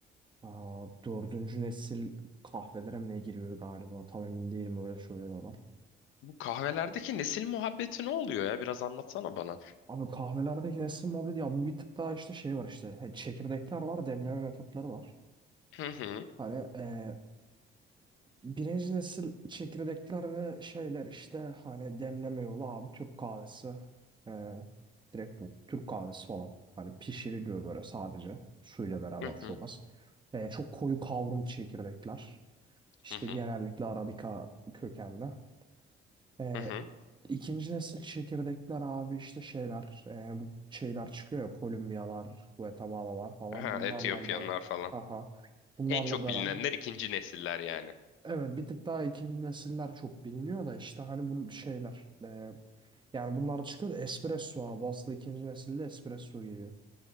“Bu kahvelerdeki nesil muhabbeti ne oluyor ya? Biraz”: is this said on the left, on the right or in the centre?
Left